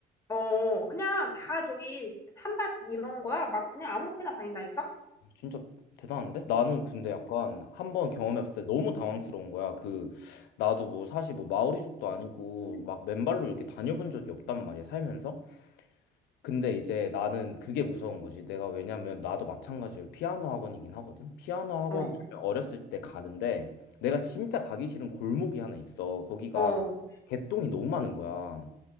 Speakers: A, on the left; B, on the left.
A: 어, 그냥 다 저기 산밭 이런 거야. 막 그냥 아무렇게나 다닌다니까?
B: 어, 진짜 대단한데? 나는 근데 약간 한번 경험해봤을 때 너무 당황스러운 거야. 그 나도 뭐 사실 뭐 마오리족도 아니고 막 맨발로 이렇게 다녀본 적이 없단 말이야 살면서. 근데 이제 나는 그게 무서운 거지. 내가 왜냐면 나도 마찬가지로 피아노 학원이긴 하거든. 피아노 학원을
A: 어,
B: 어렸을 때 가는데 내가 진짜 가기 싫은 골목이 하나 있어. 거기가
A: 어.
B: 개똥이 너무 많은 거야.